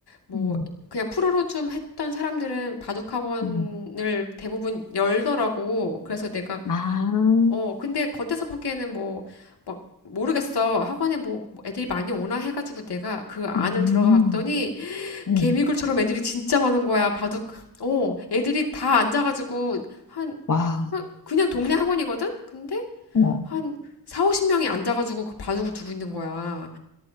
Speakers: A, on the left (about 80°); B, on the left (about 50°).
A: 뭐
B: 음,
A: 그냥 프로로 좀 했던 사람들은 바둑학원을
B: 음.
A: 대부분 열더라고. 그래서 내가
B: 아,
A: 어 근데 겉에서 보기에는 뭐 막 모르겠어. 학원에 뭐뭐 애들이 많이 오나 해가지고 내가 그 안을
B: 음,
A: 들어가 봤더니
B: 음,
A: 개미굴처럼 애들이 진짜 많은 거야. 바둑. 어, 애들이 다 앉아가지고 한
B: 와,
A: 한- 그냥 동네 학원이거든. 근데
B: 어,
A: 한 4, 50명이 앉아가지고 그 바둑을 두고 있는 거야.